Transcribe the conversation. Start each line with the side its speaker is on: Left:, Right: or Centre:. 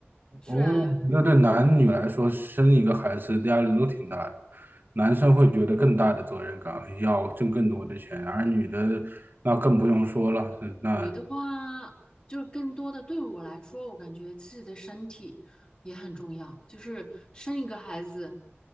Left: 虽然
Right: 哦，那对男女来说，生一个孩子压力都挺大的。男生会觉得更大的责任感，要挣更多的钱，而女的那更不用说了，那
Left: 女的话，就是更多的对我来说，我感觉自己的身体也很重要。就是生一个孩子